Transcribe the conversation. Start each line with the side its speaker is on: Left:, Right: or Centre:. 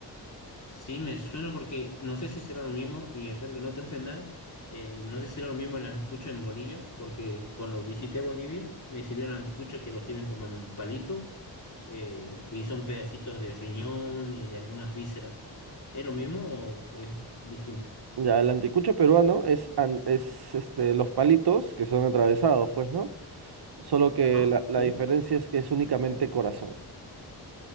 Left: Sí, me suena porque no sé si será lo mismo y espero que no te ofenda. eh, no sé si será lo mismo el anticucho en Bolivia, porque cuando visité Bolivia me sirvieron anticuchos que lo sirven como en un palito eh, y son pedacitos de riñón y de algunas vísceras. ¿Es lo mismo o o es distinto?
Right: Ya, el anticucho peruano es, an- es este, los palitos que son atravesados, pues, ¿no? Solo que
Left: Ajá,
Right: la,
Left: sí.
Right: la diferencia es que es únicamente corazón.